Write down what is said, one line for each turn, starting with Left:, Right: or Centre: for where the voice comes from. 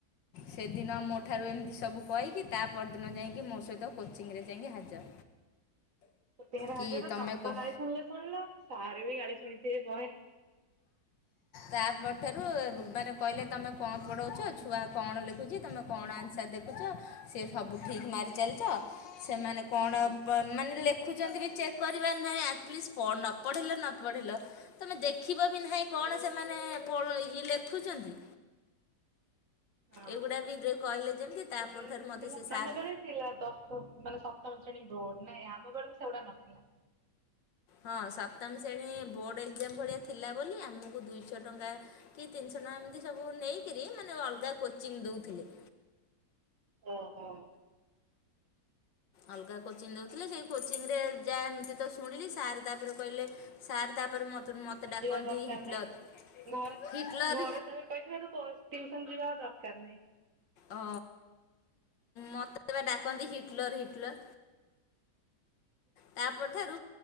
Left: ସେଦିନ ମୋ
Right: ହଁ।
Left: ଠାରୁ ଏମିତି ସବୁ କହିକି ତା ପରଦିନ ଯାଇକି ମୋ ସହିତ କୋଚିଂରେ ଯାଇକି ହାଜର।
Right: <unintelligible> ତମେ
Left: କି
Right: ତ
Left: କହ
Right: ଗାଳି ଶୁଣିଲ ଶୁଣିଲ ସାର୍ ବି ଗାଳି ଶୁଣିଥିବେ ବହେ।
Left: ତା ପରଠାରୁ ମାନେ କହିଲେ ତମେ କଣ ପଢ଼ୋଉଛ ଛୁଆ କଣ ଲେଖୁଛି ତୁମେ କଣ ଆନ୍ସର ଦେଖୁଛ। ସେ ସବୁ ଠିକ୍ ମାରିଚାଲିଛ। ସେମାନେ କଣ
Right: ହଁ
Left: <unintelligible> ଦେଖୁଛନ୍ତି ବି ଚେକ୍ କରିବାର ନାହିଁ। ଆଟଲିଷ୍ଟ ନ ପଢ଼ିଲ ନ ପଢ଼ିଲ ତମେ ଦେଖ ଲେଖିବ ବି ନାହିଁ କଣ ସେମାନେ ଇଏ ଲେଖୁଛନ୍ତି।
Right: ହଁ
Left: ଏଗୁଡ଼ା ବି ଦେ-
Right: ସେତେବେଳେ
Left: କହିଲେ ଯେମିତି ତାପରଠାରୁ
Right: ସେମତି
Left: ମୋତେ
Right: ଥିଲା
Left: ସେ ସାର୍
Right: ତମ ବେଳେ ଥିଲା ଦଶ ମାନେ ସପ୍ତମ ଶ୍ରେଣୀ ବ୍ରୋଡ ନାଇଁ ଆମ ବେଳକୁ ସେଗୁଡା ନଥିଲା।
Left: ହଁ ସପ୍ତମ ଶ୍ରେଣୀ ବୋର୍ଡ଼ ଏକ୍ଜାମ ଭଳିଆ ଥିଲା ବୋଲି ଆମକୁ ଦୁଇଶହ ଟଙ୍କା କି ତିନିଶହ ଟଙ୍କା ଏମିତି ସବୁ ନେଇକିରି ମାନେ ଅଲଗା କୋଚିଂ ଦଉଥିଲେ।
Right: ଓ ହୋ।
Left: ଅଲଗା କୋଚିଂ ଦଉଥିଲେ ସେଇ କୋଚିଂରେ ଯାଏ ଏମିତି ତ ଶୁଣିଲି ସାର୍ ତାପରେ କହିଲେ ସାର୍ ତାପରେ ମତେ ମତେ
Right: ଆଉ
Left: ଡାକନ୍ତି
Right: ଯିବା ଦରକାର
Left: ହିଟଲର।
Right: ନାହିଁ ଘରେ
Left: ହିଟଲର
Right: ଘରେ <unintelligible> ଟିଉସନ ଯିବା ଦରକାର ନାହିଁ।
Left: ଅ ମତେ ବା ଡାକନ୍ତି ହିଟଲର, ହିଟଲର। ତାପଠାରୁ